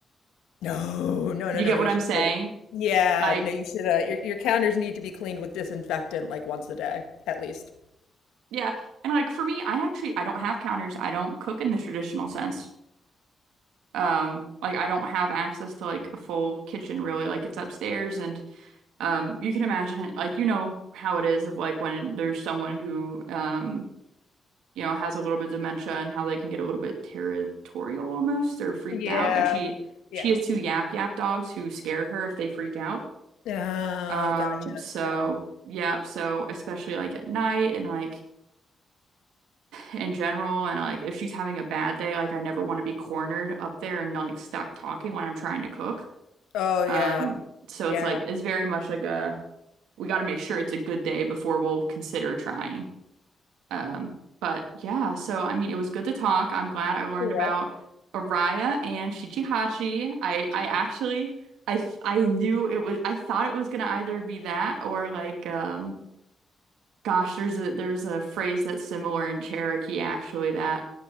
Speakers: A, on the left (about 90°); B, on the right (about 80°).
A: No, no,
B: You
A: no, no.
B: get
A: You
B: what I'm
A: should.
B: saying?
A: Like, yeah,
B: Like,
A: no, you should. Uh, your your counters need to be cleaned with disinfectant like once a day at least.
B: yeah, and like for me, I actually I don't have counters. I don't cook in the traditional sense. Um, like I don't have access to like a full kitchen really. Like it's upstairs, and um, you can imagine it- like you know how it is of like when there's someone who um you know, has a little bit of dementia and how they can get a little bit territorial almost or freaked
A: Yeah,
B: out. And she
A: yeah.
B: she has two yap yap dogs who scare her if they freak out.
A: Oh,
B: Um,
A: gotcha.
B: so
A: Yeah.
B: yeah, so especially like at night and like in general and like if she's having a bad day, like I never want to be cornered up there and like stuck talking when I'm trying to cook.
A: Oh,
B: Um,
A: yeah.
B: so
A: Yeah.
B: it's like it's very much like a we got to make sure it's a good day before we'll consider trying. Um, but yeah, so I mean, it was good to talk. I'm glad I learned
A: For
B: about
A: real.
B: Araya and Shichihachi. I
A: She
B: I actually I f- I knew it was I thought it was gonna either be that or like um gosh, there's a there's a phrase that's similar in Cherokee actually that